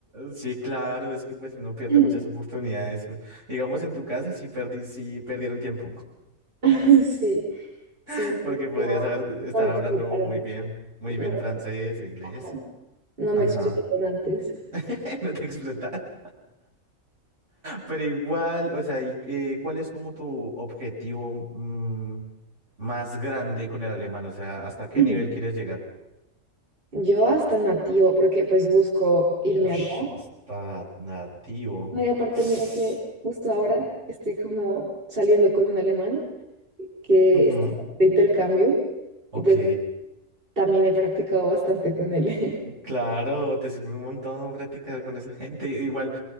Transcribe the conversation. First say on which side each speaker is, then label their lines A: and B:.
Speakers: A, on the right; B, on the right.
A: Sí, claro, es que pues uno pierde
B: <laughs>
A: muchas oportunidades. Digamos en tu casa sí perdí, sí perdieron tiempo,
B: <clears throat> Sí. Sí,
A: <laughs> porque
B: no,
A: podrías
B: no,
A: haber- estar
B: no me
A: hablando
B: explotaron.
A: muy bien, muy
B: No,
A: bien francés o inglés.
B: ajá, no
A: Ajá,
B: me explotaron antes.
A: <laughs> no te explota. Pero igual, o sea, y, eh, ¿cuál es como tu objetivo mm, más grande con el alemán? O sea, ¿hasta qué
B: <clears throat>
A: nivel quieres llegar?
B: Yo hasta nativo, porque pues busco irme
A: Ush,
B: allá.
A: hasta nativo.
B: No, y aparte,
A: <sniffs>
B: mira que justo ahora estoy como saliendo con un alemán que
A: <sighs> Ujú,
B: está de intercambio
A: Ok.
B: y pues también he practicado bastante con él, <laughs>
A: Claro, te sirve un montón practicar con esa gente. Igual,